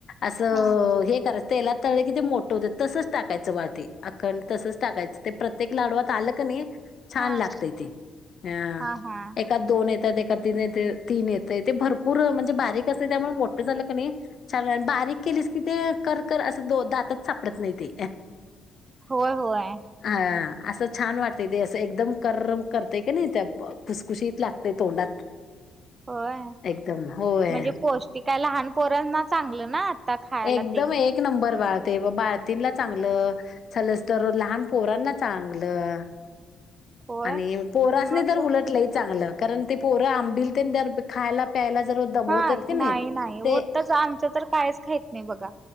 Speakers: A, on the left; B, on the right.
A: अस
B: हा
A: हे कर तेलात तळले किते मोठं होते तसच टाकायचं बाळ ते अखंड तसच टाकायचं ते प्रत्येक लाडूवात आलं क ने छान
B: हा
A: लागतय ते अ
B: हा
A: एकात दोन येतात एकात तीन येते, तीन येते ते भरपूर, म्हणजे बारीक अस त्यामुळे मोठ झालं कने छान आणि बारीक केलीस की ते कर कर अस दो दातात सापडत नाही ते.
B: होय होय.
A: हां, असं छान वाटतय. ते असं एकदम कर्रम करतंय कने त्या खुसखुशीत लागतय तोंडात.
B: होय
A: एकदम. होय.
B: म्हणजे पौष्टिक काय लहानपोराणना चांगलं ना. खायला
A: एकदम
B: ते
A: एक नंबर बाळा ते व बाळ तीन ला चांगलं च्छल तर लहान पोरांना चांगलं.
B: होय
A: आणि पोरासनी
B: मग
A: तर उलट लय चांगलं कारण ते पोरं आंबिल तेन <unintelligible> खायला प्यायला जर दमवतात
B: हा
A: की
B: नाही, नाही वोटच
A: ते
B: आमचं तर कायच खाइत नाही बघा.